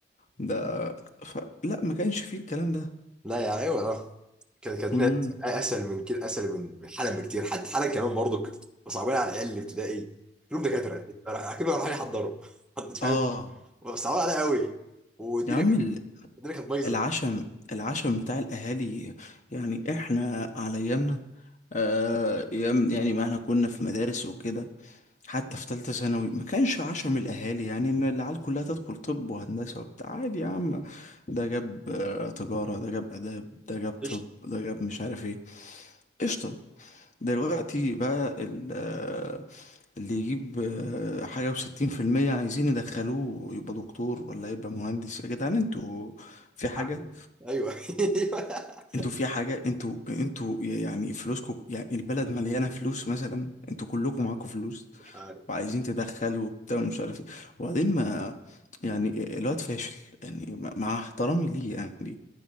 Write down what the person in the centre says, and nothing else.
لا يا ايوه اه كانت كانت
الدنيا اسهل من كده اسهل من من حالا بكتير حتى حالا كمان برضه كنت صعبان على العيال اللي ابتدائي كلهم دكاتره انت رايح- كلهم رايحين يحضروا <laughs> حد فاهم
صعبان عليا قوي والدنيا
الدنيا كانت بايظه
قشطه
عافيه ايوه <laughs> ايوه
مش عارف